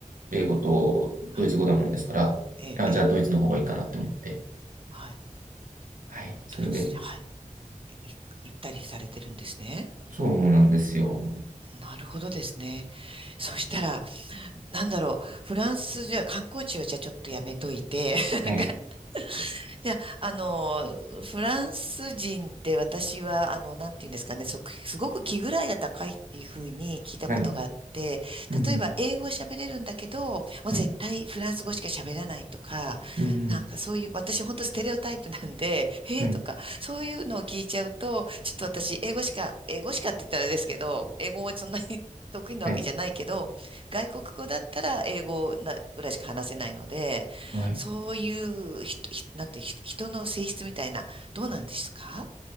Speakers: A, on the right; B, on the right.
A: 英語とドイツ語だもんですから、
B: はい。ええ、
A: あ、
B: ええ、
A: じゃあドイツの方がいいかなって思って。
B: はい。
A: はい、それで、
B: ドイツに、はい。い行ったりされてるんですね。
A: そうなんですよ。
B: なるほどですね。そしたら、なんだろう、フランスじゃ観光地はじゃあちょっとやめといて、<laughs>
A: はい、
B: いや、あの、フランス人って私は、あの、なんていうんですかね、そすごく気ぐらいが高いっていうふうに聞いたことがあって、
A: はい、うんうん、
B: 例えば英語は喋れるんだけど、もう絶対フランス語しか喋らないとか、
A: はい、うんうん、
B: なんかそういう、私本当ステレオタイプなんで、<laughs> へえとか、
A: はい、
B: そういうのを聞いちゃうと、ちょっと私英語しか、英語しかって言ったらあれですけど、英語もそんなに得意なわけじゃないけど、
A: はい、
B: 外国語だったら英語なぐらいしか話せないので、
A: はい。
B: そういうひ、ひ、なんて、ひ、人の性質みたいな、どうなんですか